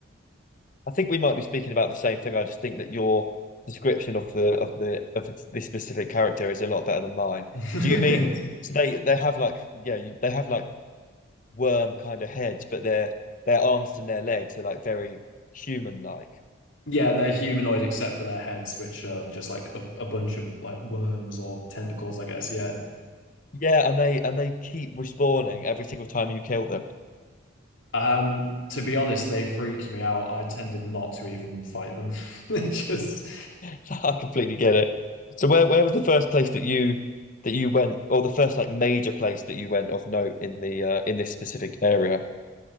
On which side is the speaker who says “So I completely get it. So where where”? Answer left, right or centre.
Left